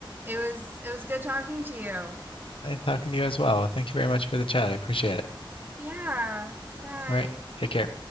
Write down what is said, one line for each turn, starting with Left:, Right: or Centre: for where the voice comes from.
Right: it was it was good talking to you.
Left: Nice talking to you as well. Thank you very much for the chat. I appreciate it.
Right: Yeah. Goodbye.
Left: All right. Take care.